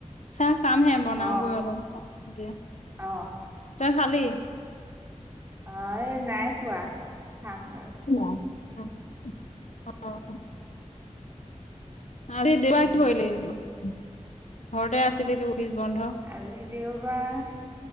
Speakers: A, on the left; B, on the right.
A: চাহ খামহে বনাওগৈ
B: অ
A: অলপ এতিয়া
B: অ
A: তই খালি
B: অ এই নাই খোৱা খাম আৰু
A: <unintelligible> আজি দেওবাৰ
B: উম,
A: কি কৰিলি দিনটো ঘৰতে আছিলিটো অফিচ বন্ধ
B: আজি দেওবাৰ